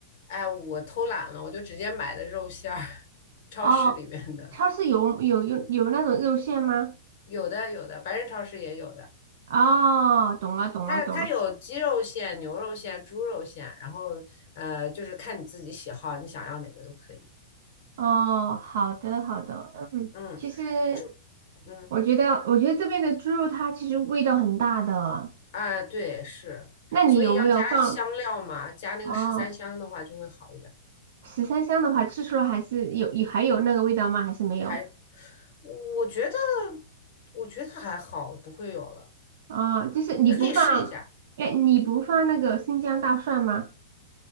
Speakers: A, on the left; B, on the right.
A: 哎，我偷懒了，我就直接买的肉馅儿，<laughs> 超市里面的
B: 哦，超市有有有有那种肉馅吗？
A: 有的有的，白人超市也有的。
B: 哦，懂了懂了懂了。
A: 它它有鸡肉馅、牛肉馅、猪肉馅，然后呃，就是看你自己喜好，你想要哪个都可以。
B: 哦，好的好的，嗯，
A: 嗯，
B: 其实
A: 猪，嗯。
B: 我觉得，我觉得这边的猪肉它其实味道很大的。
A: 啊，对，是，
B: 那你有没有放？
A: 所以要加香料嘛，加那个十三香的话就会好一点。
B: 哦，十三香的话，吃出来还是有有还有那个味道吗？还是没有？
A: 还，我觉得，我觉得还好，不会有了。
B: 哦，就是你不放，
A: 你你可以试一下，
B: 哎，你不放那个生姜大蒜吗？